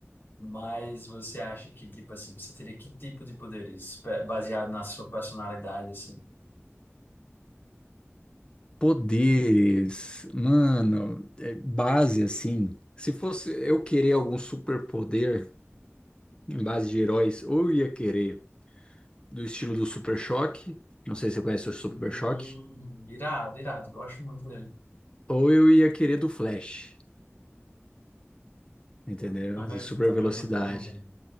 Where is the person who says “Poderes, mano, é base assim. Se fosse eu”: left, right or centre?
Left